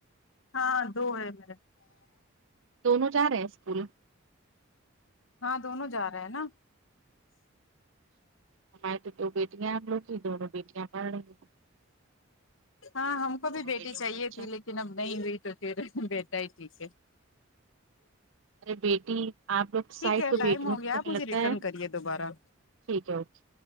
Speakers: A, on the left (about 70°); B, on the right (about 70°).
A: ہاں دو ہے میرے
B: دونوں جا رہے ہیں اسکول
A: ہاں دونوں جا رہے ہیں نا
B: ہماری تو دو بیٹیاں ہم لوگ کی دونوں بیٹیاں پڑھ رہی ہیں
A: ہاں ہم کو
B: دونوں
A: بھی بیٹی
B: بیٹیوں
A: چاہیے
B: کا اچھا
A: تھی لیکن اب نہیں ہوئی تو پھر بیٹا ہی ٹھیک ہے
B: ارے بیٹی آپ لگت
A: ٹھیک
B: سائڈ
A: ہے
B: تو
A: ٹائم
B: بیٹیوں
A: ہو
B: میں
A: گیا
B: تو
A: آپ
B: ہمیں
A: مجھے
B: لگتا
A: ریٹرن
B: ہے
A: کریے دوبارہ
B: ٹھیک ہے اوکے